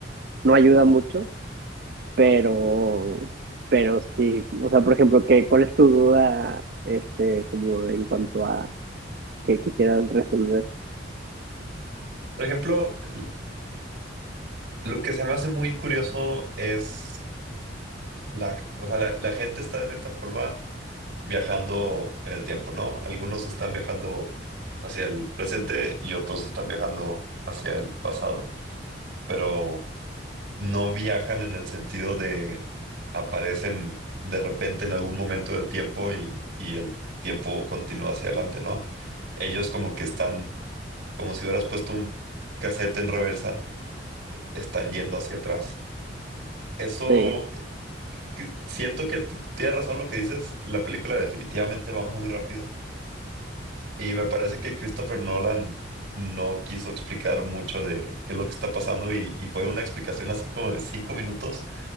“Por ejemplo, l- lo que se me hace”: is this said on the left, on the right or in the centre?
Right